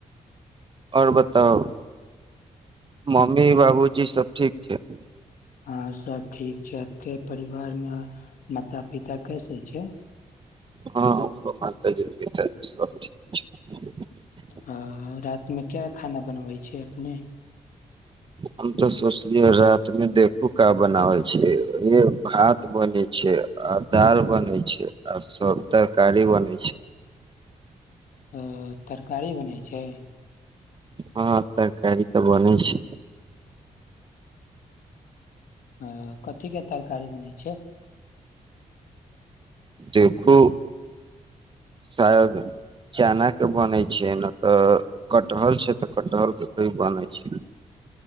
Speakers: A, on the right (about 35°); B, on the left (about 80°).
A: आओर बताउ, मम्मी बाबूजी सब ठीक छै।
B: हं, सब ठीक छै आब के परिवार में माता पिता कैसे छै।
A: हँ, माता जी पिता जी सब ठीक छै।
B: ह, रात मे क्या खाना बनबै छै अपने।
A: हम तऽ सोचलियै राति मे देखू क बनाबै छै, भात बनेै छै, आ दाल बनै छै, आ सब तरकारी बनै छै।
B: अ तरकारी बनै छै।
A: हँ, तरकारी तऽ बनै छै।
B: ह, कथीके तरकारी बनै छै।
A: देखू शायद चनाके बनै छै नहि तऽ कटहल छै तऽ कटहर के की बनै छै।